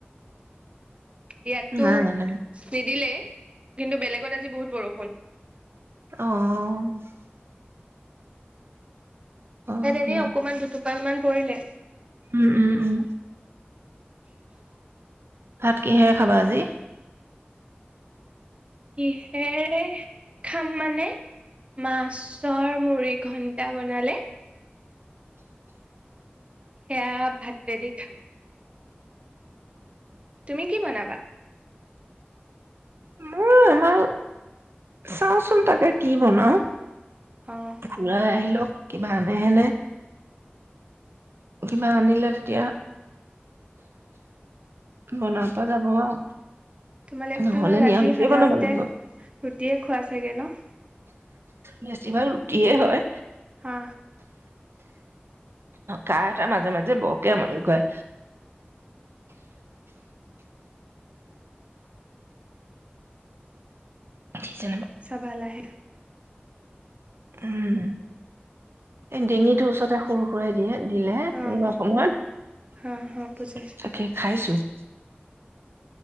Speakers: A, on the right; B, on the right.
A: ইয়াততো
B: নাই নাই
A: নিদিলে। কিন্তু বেলেগত আজি বহুত বৰষুণ।
B: অ'। অ
A: ত' এনে
B: দিয়া
A: অকমান দুটুপ ালমান পৰিলে
B: উম উম উম ভাত কিহেৰে খাবা আজি
A: কিহেৰে খাম মানে মাছৰ মুৰি ঘণ্টা বনালে সেয়া ভাতেদি খাম তুমি কি বনাবা
B: মই আমাৰ চাওচোন তাকে কি বনাও
A: অঁ
B: ঘৰাই আহিলও কিবা আনেহেনে কিবা আনিলে তেতিয়া বনাব পৰা যাব আৰু
A: তোমালোকতো
B: নহলে
A: ৰাতি
B: নিৰামিষেই
A: সাধাৰণতে
B: বনাব লাগিব
A: ৰুটিয়ে খোৱা চাগে ন
B: বেছি ভাগ ৰুটিয়ে হয়
A: হা
B: কাহ এটা মাজে মাজে বৰকে আমনি কৰে ঠিক যেনিবা
A: সৱাল আহ
B: উম এ ডিঙিটো ওচৰত এ সৰু সুৰাই দিয়ে দিলেহে কোনোবা
A: অঁ
B: সময়ত
A: হা হা বুজাইছো
B: তাকে খাইছো <inaudible>